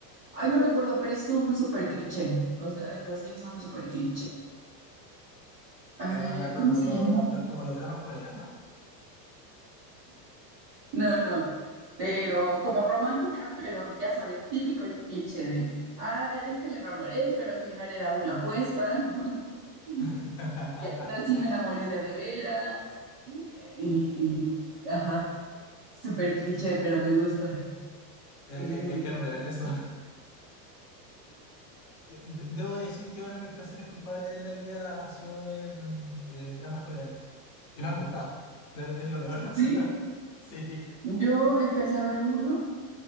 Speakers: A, on the right; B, on the left.
A: Ay, no recuerdo, pero es un super cliché. O sea, es así, es un super cliché. Ah,
B: Eh, anda como,
A: ¿cómo se
B: lo-
A: llama?
B: lo- lo- como los dramas coreanos.
A: No, no. Pero como romántica, pero ya sabes, típico cliché de, ah, es que le enamoré, pero al final era una apuesta. <laughs>
B: <laughs>
A: Y al final sí me enamoré de a de veras. Y, ajá, súper cliché, pero me gusta.
B: Eh,
A: Y, mm,
B: eh, eh, es real eso. de- de- debo decir que uno de mis placeres culpables de la vida ha sido ver mm, eh, dramas coreanos. Y me han gustado. Es es lo peor.
A: sí,
B: <laughs> Sí.
A: yo empecé a ver uno.